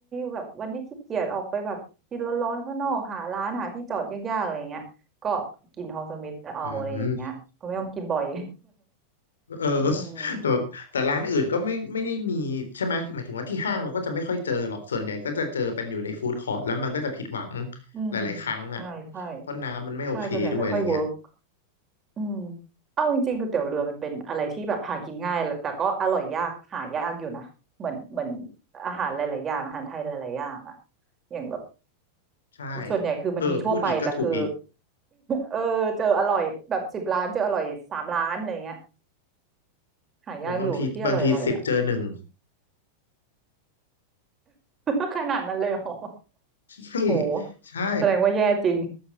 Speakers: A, on the right (about 25°); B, on the left (about 65°).
A: แบบวันที่ขี้เกียจออกไปแบบกินร้อนๆข้างนอกหาร้านหาที่จอดยากๆอะไรเงี้ยก็กินทอมสมิธเอาอะไรอย่างเงี้ยก็ไม่ต้องกินบ่อย
B: อืมเออ
A: <laughs> อืม
B: <laughs> แต่แต่ร้านอื่นก็ไม่ไม่ได้มีใช่ไหมหมายถึงว่าที่ห้างเราก็จะไม่ค่อยเจอหรอกส่วนใหญ่ก็จะเจอเป็นอยู่ในฟู้ดคอร์ทแล้วมันก็จะผิดหวัง
A: อืม
B: หลายๆครั้งอ่ะ
A: ใช่ใช่
B: เพราะน้ำมันไม่โอเคด้วยอะไรเงี้ย
A: ใช่ส่วนใหญ่ไม่ค่อยเวิร์กอืมเอาจริงๆก๋วยเตี๋ยวเรือมันเป็นอะไรที่แบบหากินง่ายแหละแต่ก็อร่อยยากหายากอยู่นะเหมือนเหมือนอาหารหลายๆอย่างอาหารไทยหลายๆอย่างอะอย่างแบบ
B: ใช่
A: ส่วนใหญ่คือมันมีทั่วไปแต่คือ
B: เออพูดอีกก็ถูกอีก
A: เออเจออร่อยแบบสิบร้านเจออร่อยสามร้านอะไรเงี้ยหายากอยู่ที่อร่อยอร่อยอ่ะ
B: โอ้บางทีบางทีสิบเจอหนึ่ง
A: <laughs> ขนาดนั้นเลยเหรอ
B: <laughs> ใช่
A: โห
B: ใช่
A: แสดงว่าแย่จริง